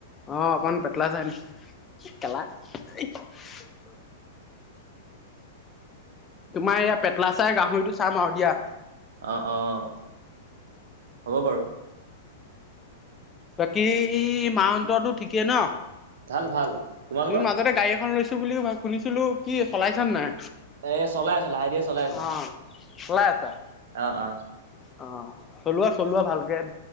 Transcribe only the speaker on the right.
অ' অ' হ'ব বাৰু
ভাল ভাল। তোমালোকৰ?
এ চলাই আছো লাহে ধীৰে চলাই আছো।
অ', অ'।